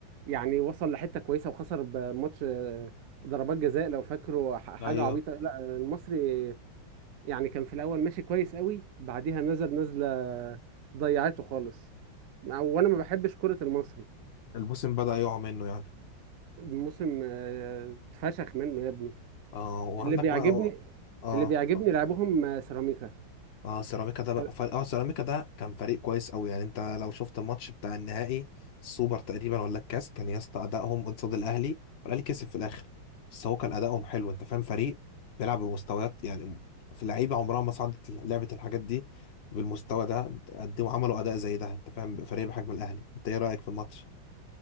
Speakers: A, on the right; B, on the left.
A: يعني وصل لحتة كويسة وخسر بماتش آه، ضربات جزاء لو فاكره ح- حاجة
B: ايوه
A: عبيطة لا المصري يعني كان في الأول ماشي كويس قوي بعديها نزل نزلة ضيعته خالص وانا ما بحبش كرة المصري
B: البوسم بدأ يقع منه يعني
A: الموسم آه، اتفشخ منه يا ابني
B: اه وعندك
A: اللي بيعجبني
B: بقى اه
A: اللي بيعجبني
B: اتفضل
A: لعبهم سيراميكا
B: اه سيراميكا ده بقى
A: ده
B: فريق اه سيراميكا ده كان فريق كويس قوي يعني انت لو شفت الماتش بتاع النهائي السوبر تقريبا ولا الكاس كان يا اسطى ادائهم قصاد الاهلي والاهلي كسب في الاخر بس هو كان ادائهم حلو انت فاهم فريق بيلعب بمستويات يعني في لعيبه عمرها ما صعدت لعبه الحاجات دي بالمستوى ده قدموا عملوا اداء زي ده انت فاهم فريق بحجم الاهلي انت ايه رايك في الماتش؟